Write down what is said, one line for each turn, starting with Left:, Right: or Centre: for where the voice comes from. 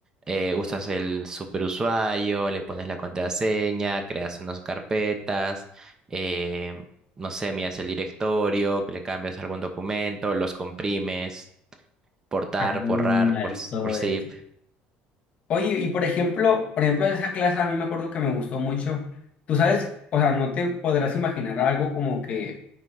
Right: eh, usas el superusuario, le pones la contraseña, creas unas carpetas, eh, no sé, miras el directorio, le cambias algún documento, los comprimes. portar,
Left: Ándale,
Right: porrar, por,
Left: todo
Right: por zip.
Left: eso. Oye, y por ejemplo, por ejemplo, esa clase a mí me acuerdo que me gustó mucho. Tú sabes, o sea, no te podrás imaginar algo como que